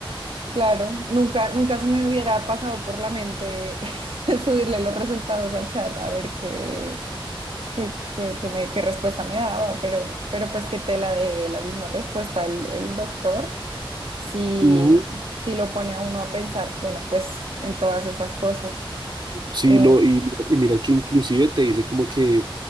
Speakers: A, on the right; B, on the right.
A: Claro, nunca, nunca se me hubiera pasado por la mente <laughs> subirle los resultados a chat a ver qué, qué, qué, qué me- qué respuesta me daba, pero, pero pues qué tela de la misma respuesta el, el doctor. si
B: Ujú.
A: si lo pone a uno a pensar, bueno, pues en todas esas cosas.
B: Sí,
A: Eh,
B: no, y, y mira que inclusive te dice como que,